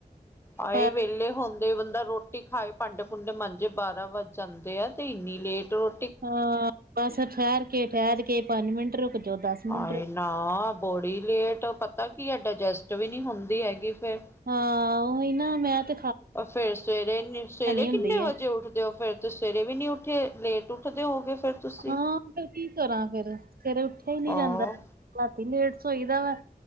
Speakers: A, on the left; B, on the right.
A: ਆਏ
B: ਪਰ
A: ਵੇਲੇ ਹੋਨ ਤੇ ਬੰਦਾ ਰੋਟੀ ਖਾਏ, ਭਾਂਡੇ ਭੂੰਡੇ ਮਾਂਜੇ ਬਾਰਾਂ ਵੱਜ ਜਾਂਦੇ ਆ ਤੇ ਏਨੀ ਲੇਟ ਰੋ
B: ਹਾਂ, ਬਸ ਠਹਿਰ ਕੇ- ਠਹਿਰ ਕੇ ਪੰਜ ਮਿੰਟ ਰੁਕ ਜੋ ਦਸ ਮਿੰਟ
A: ਹਾਏ
B: ਰੁ
A: ਨਾ ਬੋੜੀ ਲੇਟ, ਪਤਾ ਕੀ ਐ, ਡਾਇਜੈਸਟ ਵੀ ਨੀ ਹੁੰਦੀ ਹੈਗੀ ਫੇਰ
B: ਹਾਂ ਉਹੀ ਨਾ ਮੈਂ ਤ
A: ਅਹ ਫਿਰ ਸਵੇਰੇ ਨੀ, ਸਵੇਰੇ ਕਿੰਨੇ
B: ਹੁੰਦੀ
A: ਵਜੇ
B: ਹੈ
A: ਉੱਠਦੇ ਤੇ ਉਹ ਫੇਰ ਤੇ ਸਵੇਰੇ ਵੀ ਨੀ ਉੱਠੇ, ਲੇਟ ਉੱਠਦੇ ਹੋਗੇ ਫੇਰ ਤੁਸੀਂ
B: ਹਾਂ ਫਿਰ ਕੀ ਕਰਾਂ ਫੇਰ, ਸਵੇਰੇ ਉੱਠਿਆ ਹੀ ਨੀ
A: ਹਾਂ
B: ਜਾਂਦਾ ਰਾਤੀ ਲੇਟ ਸੋਈਦਾ ਵਾ